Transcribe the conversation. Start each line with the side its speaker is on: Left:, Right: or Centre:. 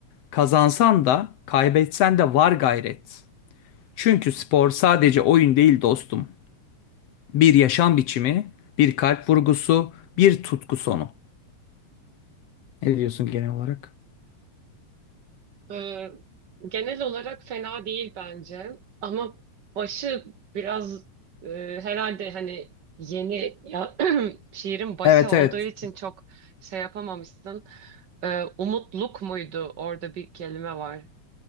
Left: Kazansan da, kaybetsen de var gayret. Çünkü spor sadece oyun değil dostum. Bir yaşam biçimi, bir kalp vurgusu, bir tutku sonu. Ne diyorsun genel olarak?
Right: Ee, genel olarak fena değil bence. Ama başı biraz e, herhalde hani yeni ya, <clears throat> şiirin başı
Left: Evet
Right: olduğu
Left: evet
Right: için çok şey yapamamışsın. Ee, umutluk muydu? Orada bir kelime var.